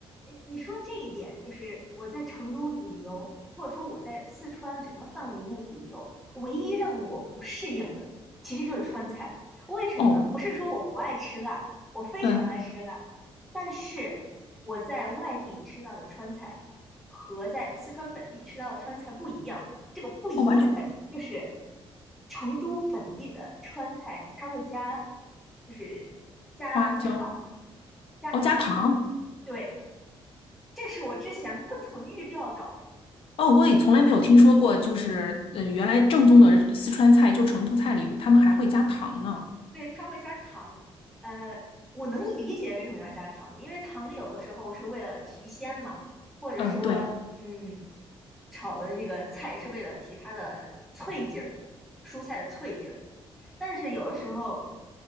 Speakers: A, in the centre; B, on the left.
A: 诶，你说这一点，就是我在成都旅游，或者说我在四川整个范围内旅游，唯一让我不适应的，其实就是川菜。为什么呢？
B: 哦，
A: 不是说我不爱吃辣，我非常爱吃辣，
B: 嗯，
A: 但是我在外地吃到的川菜和在四川本地吃到的川菜不一样。这个不一样在哪就是
B: 哦，完全
A: 成都本地的川菜，它会加，就是加糖，
B: 花椒，
A: 加糖。
B: 哦，加糖，
A: 对，这是我之前不曾预料到的。
B: 哦，我也从来没有听说过，就是呃，原来正宗的四川菜，就成都菜里面，他们还会加糖呢。
A: 对，它会加糖，呃，我能理解为什么要加糖，因为糖有的时候是为了提鲜嘛，或者说，
B: 嗯，对。
A: 嗯，炒的那个菜是为了提它的脆劲儿，蔬菜的脆劲儿。但是有的时候，